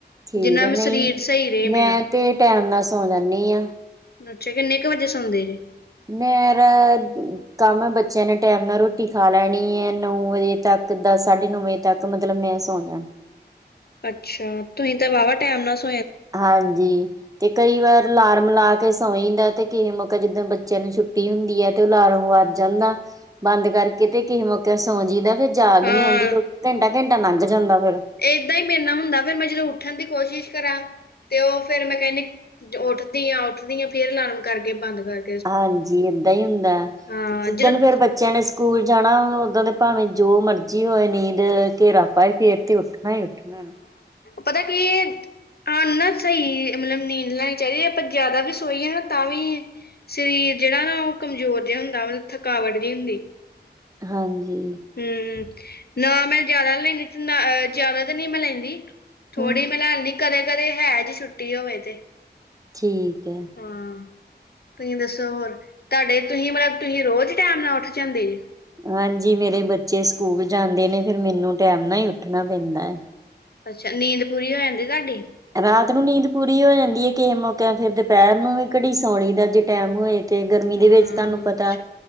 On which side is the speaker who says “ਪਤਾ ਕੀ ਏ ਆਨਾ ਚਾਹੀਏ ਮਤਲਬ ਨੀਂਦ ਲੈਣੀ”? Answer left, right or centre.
Left